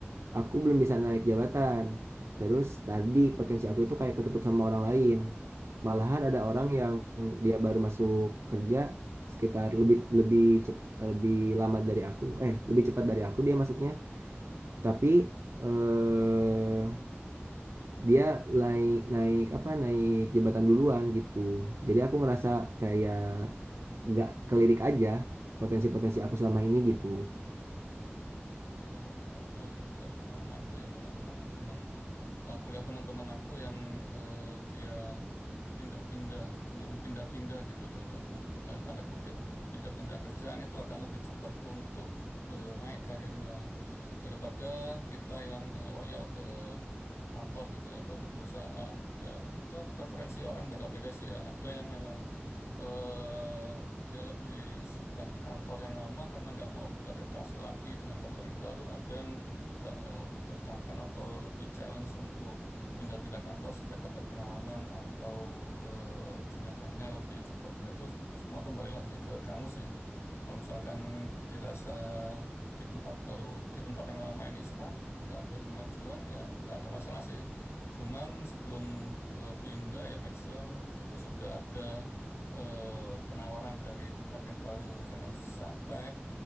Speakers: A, on the right; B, on the left.
A: aku belum bisa naik jabatan. Terus tadi potensi aku itu kayak ketutup sama orang lain. Malahan
B: Hmm.
A: ada orang yang dia baru masuk kerja sekitar lebih lebih cep, lebih lama dari aku, eh lebih cepat dari aku dia masuknya. Tapi eh dia naik naik apa naik jabatan duluan gitu jadi aku ngerasa kayak gak kelirik aja potensi-potensi aku selama ini gitu
B: Ya, bener sih kalau misalkan dari pengalamanku ya sama teman-teman Aku lihat teman-teman aku yang eh, dia pindah-pindah, cenderung pindah-pindah gitu ya, dalam tanda kut- dalam tanda kutip, pindah-pindah kerjaan itu akan lebih cepat untuk eh, naik karirnya daripada kita yang eh, loyal ke kantor gitu ya atau ke perusahaan ya itu preferensi orang beda-beda sih ya ada yang memang eh, dia lebih suka kantor yang lama karena nggak mau beradaptasi lagi dengan kantor yang baru ada yang suka eh, tertantang atau lebih challenge untuk pindah-pindah kantor supaya dapat pengalaman atau eh, jenjang karirnya lebih cepat ya itu semua kembali lagi ke kamu sih kalau misalkan dirasa di tempat baru, di tempat yang lama ini stuck, nggak ada kemajuan, ya nggak ada masalah sih. Cuman sebelum eh, pindah ya make sure itu sudah ada eh, penawaran dari tempat yang baru. Jangan sampai